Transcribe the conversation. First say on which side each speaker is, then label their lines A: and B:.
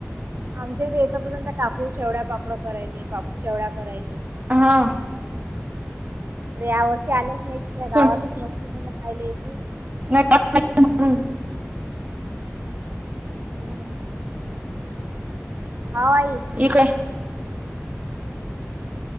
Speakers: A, on the right; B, on the right.
A: आमच्या इथे येत पर्यंत त्या काकू शेवड्या पापड करायले पाप शेवड्या करायले
B: हम
A: अरे या वर्षी आल्याच नाही त्या गावातच
B: सोड
A: नसतील ना मग कायला येतील?
B: नाही जात नाही म्हणून.
A: हा हो आई
B: इ काय